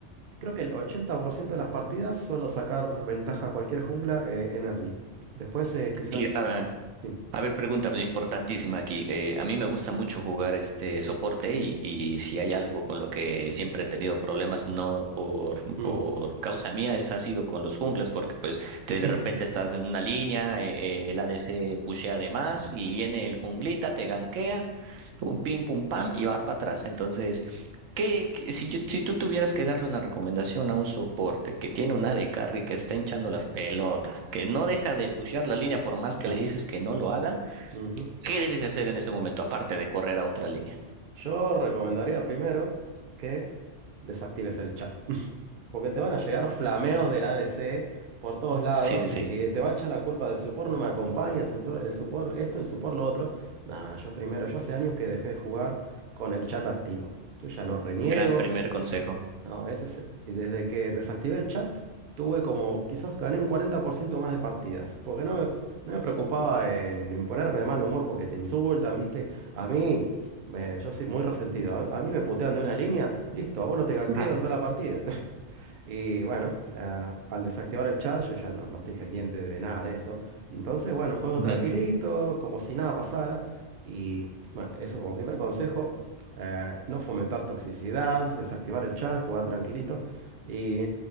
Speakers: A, on the right; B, on the right.
A: Creo que el 80% de las partidas suelo sacar ventaja a cualquier jungla eh, en early. Después eh, quizás...
B: Y, a ver,
A: Sí.
B: A ver, pregunta importantísima aquí. Eh, a mí me gusta mucho jugar este soporte y, y si hay algo con lo que siempre he tenido problemas, no por,
A: Mm.
B: por causa mía, es ha sido con los jungles, porque pues te
A: <laughs>
B: de repente estás en una línea, eh, eh, el ADC pushea de más y viene el junglita, te ganquea, pum, pim, pum, pam, y vas para atrás. Entonces, ¿qué, qué- si, yo- si tú tuvieras que darle una recomendación a un soporte que tiene una de carry que está hinchando las pelotas, que no deja de pushear la línea por más que
A: Claro.
B: le dices que no lo haga?
A: Ujú.
B: ¿Qué debes de hacer en ese momento, aparte de correr a otra línea?
A: Yo recomendaría primero que desactives el chat. <laughs> Porque te van a llegar flameos del ADC por todos lados
B: Sí, sí, sí.
A: y te va a echar la culpa del support no me acompaña, el support, el support esto, el support lo otro. Nada, nada, yo primero, yo hace años que dejé de jugar con el chat activo. Yo ya no reniego,
B: Gran primer consejo.
A: No, eso es, y desde que desactivé el chat, tuve como, quizás gané un 40% más de partidas, porque no me, no me preocupaba en, en ponerme de mal humor porque te insultan, ¿viste? A mí, me- yo soy muy resentido, a, a mí me putean de una línea, listo, a vos no te ganqueo
B: Ajá.
A: en toda la partida. <laughs> Y bueno, eh, al desactivar el chat, yo ya no, no estoy pendiente de nada de eso. Entonces, bueno, juego
B: Ujú.
A: tranquilito, como si nada pasara. Y bueno, eso como primer consejo, eh, no fomentar toxicidad, desactivar el chat, jugar tranquilito. Y